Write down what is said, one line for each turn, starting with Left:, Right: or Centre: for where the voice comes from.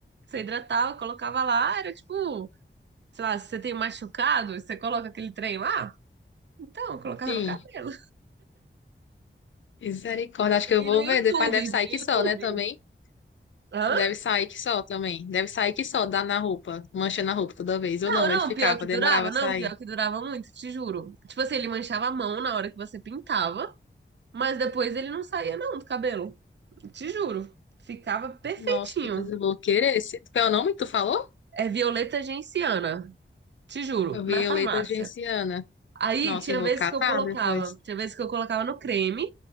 Right: Você hidratava, colocava lá, era tipo, sei lá, se você tem um machucado, você coloca aquele trem lá. Então, eu colocava
Left: Sim,
Right: no cabelo.
Left: misericórdia. Acho que eu
Right: Vi
Left: vou
Right: no
Left: ver.
Right: YouTube,
Left: Depois deve sair
Right: vi no
Left: que
Right: YouTube.
Left: só, né? Também.
Right: Hã?
Left: Deve sair que só também. Deve sair que só, dá na roupa, mancha na roupa toda vez.
Right: Não,
Left: Ou não,
Right: não,
Left: ele ficava,
Right: pior que
Left: demorava
Right: durava,
Left: a
Right: não,
Left: sair.
Right: pior que durava muito, te juro. Tipo assim, ele manchava a mão na hora que você pintava, mas depois ele não saía não do cabelo. Te juro, ficava perfeitinho.
Left: Nossa, depois eu vou querer. Esse... Qual é o nome que tu falou?
Right: É violeta genciana, te juro,
Left: Violeta
Right: na farmácia.
Left: genciana.
Right: Aí
Left: Nossa,
Right: tinha
Left: eu vou
Right: vezes
Left: catar
Right: que eu colocava,
Left: depois.
Right: tinha vezes que eu colocava no creme,